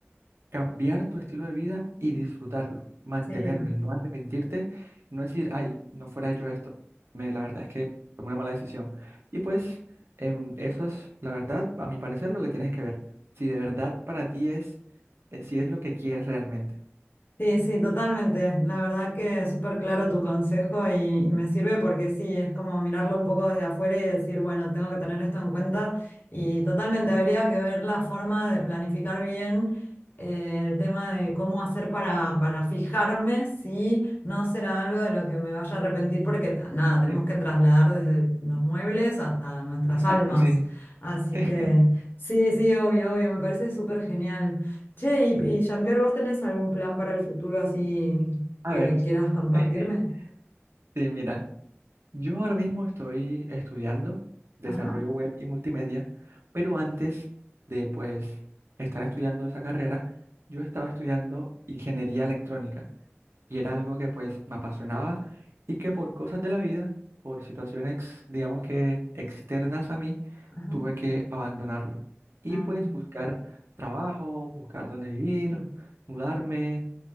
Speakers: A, on the right (about 65°); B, on the left (about 50°).
A: cambiar tu estilo de vida y disfrutarlo, mantenerlo
B: Sí.
A: y no arrepentirte y no decir, ay, no fuera hecho esto. Me, la verdad es que tomé una mala decisión. Y pues em, eso es, la verdad, a mi parecer, lo que tienes que ver. Si de verdad para ti es, eh, si es lo que quieres realmente.
B: Sí, sí, totalmente. La verdad que es súper claro tu consejo y, y me sirve porque sí, es como mirarlo un poco desde afuera y decir, bueno, tengo que tener esto en cuenta y totalmente habría que ver la forma de planificar bien eh, el tema de cómo hacer para, para fijarme si no será algo de lo que me vaya a arrepentir porque ta- nada, tenemos
A: Sí,
B: que trasladar desde los muebles hasta nuestras
A: exacto,
B: almas.
A: sí.
B: Así
A: <laughs>
B: que sí, sí, obvio, obvio, me parece súper genial. Che, y, y Jean-Pierre, ¿vos tenés algún plan para el futuro así
A: A
B: que
A: ver,
B: quieras compartirme?
A: <laughs> sí, mira. Yo ahora mismo estoy estudiando desarrollo
B: Ajá,
A: web y multimedia, pero antes de pues estar estudiando esa carrera, yo estaba estudiando ingeniería electrónica y era algo que pues me apasionaba y que por cosas de la vida, por situaciones digamos que externas a mí,
B: ajá.
A: tuve que abandonarlo y
B: Ah,
A: pues buscar trabajo, buscar dónde vivir, mudarme